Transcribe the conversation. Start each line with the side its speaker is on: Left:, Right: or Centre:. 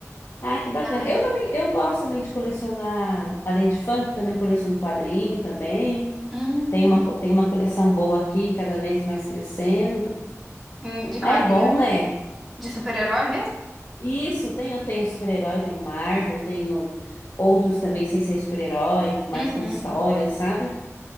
Left: Ah, que
Centre: verdade.
Left: bacana. Eu também, eu gosto também de colecionar, além de funk, também coleciono quadrinho também.
Centre: Hum,
Left: Tem uma, co- tem uma coleção boa aqui, cada vez mais crescendo.
Centre: hum, de quadrinho
Left: Ah, é bom, né?
Centre: de super-herói mesmo?
Left: Isso, tem, eu tenho super-herói, tenho Marvel, tenho outros também sem ser super-herói, mais
Centre: Uhum.
Left: com história, sabe?